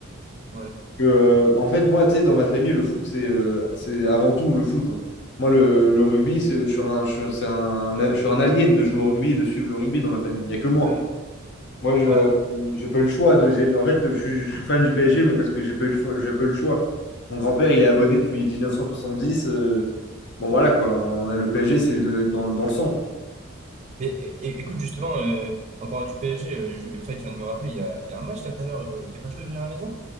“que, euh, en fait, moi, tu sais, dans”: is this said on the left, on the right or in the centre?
Left